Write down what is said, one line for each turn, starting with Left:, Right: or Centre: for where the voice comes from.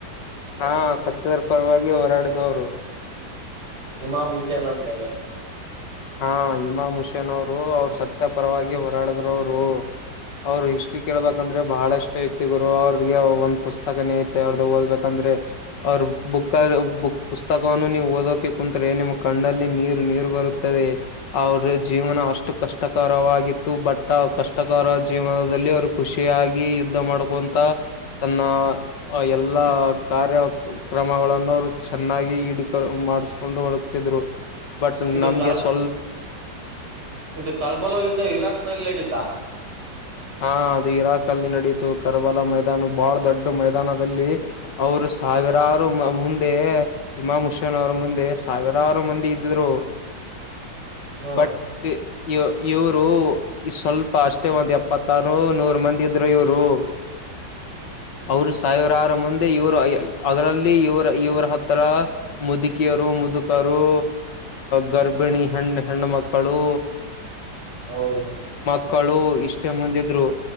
Left: ಹಾ ಸತ್ಯದರ ಪರವಾಗಿ ಹೋರಾಡಿದವರು
Right: ಇಮಾಮ್ ಹುಸೇನ್ ಅಂತ ಹೇಳಿ
Left: ಹಾ ಇಮಾ ಹುಷೇನ್ ಅವರು ಅವ್ರು ಸತ್ಯಪರವಾಗಿ ಹೋರಾಡದ್ರವರು ಅವ್ರರು ಹಿಸ್ಟ್ರಿ ಕೇಳ್ಬೇಕಂದ್ರೆ ಬಹಳಷ್ಟ ಐತಿ ಗುರು ಅವ್ರದ ಒಂದ ಪುಸ್ತಕನೇ ಐತೆ ಅವ್ರದ ಓದಬೇಕಂದ್ರೆ ಅಂದ್ರೆ ಅವ್ರ ಬುಕ್ ಬುಕ್ ಪುಸ್ತಕವನ್ನು ನೀವು ಓದೋಕೆ ಕುತ್ರೆ ನಿಮ್ಮ ಕಣ್ಣಲ್ಲಿ ನೀರು ನೀರು ಬರುತ್ತ ಅವ್ರ ಜೀವನ ಅಷ್ಟು ಕಷ್ಟಕರವಾಗಿತ್ತು ಬಟ್ ಕಷ್ಟಕರ ಜೀವನದಲ್ಲಿ ಅವರು ಖುಷಿಯಾಗಿ ಯುದ್ಧ ಮಾಡ್ಕೊಂತ ತನ್ನ ಎಲ್ಲ ಕಾರ್ಯ ಕ್ರಮಗಳನ್ನು ಅವ್ರು ಚೆನ್ನಾಗಿ ಈಡ ಮಾಡಿಸಕೊಂಡು ಹರಕ್ತಿದ್ರು ಬಟ್
Right: ಇದು
Left: ನಮ್ಗೆ
Right: ಕರ್
Left: ಸ್ಲ್
Right: ಇದು ಕರ್ಬಲ ಯುದ್ಧ ಇರಾಕ್ ನಲ್ಲಿ ನಡಿತಾ
Left: ಹಾ ಅದು ಇರಾಕ್ ಅಲ್ಲಿ ನಡೆಯುತ್ತೆ ಕರಬಲ ಮೈದಾನ ಬಹಳ ದೊಡ್ಡ ಮೈದಾನದಲ್ಲಿ ಅವರು ಸಾವಿರಾರು ಮುಂದೆ ಇಮಾಮ್ ಹುಷನ್ ಅವರ ಮುಂದೆ ಸಾವಿರಾರು ಮಂದಿ ಇದ್ದ್ರು
Right: ಹ
Left: ಬಟ್ ಇ ಇವರು ಈ ಸ್ವಲ್ಪ ಅಷ್ಟೇ ಒಂದ್ ಎಪ್ಪತ್ತಾರು ನೂರ ಮಂದಿ ಇದರು ಇವರು ಅವರು ಸಾವಿರಾರು ಮಂದಿ ಇವರು ಅದರಲ್ಲಿ ಇವರ ಇವರ ಹತ್ರ ಮುದುಕಿಯರು ಮುದುಕರು ಗರ್ಭಿಣಿ ಹೆಣ ಹೆಣ್ಣು ಮಕ್ಕಳು
Right: ಹೌದು
Left: ಮ ಕಳು ಇಷ್ಟೇ ಮುಂದಿದ್ರು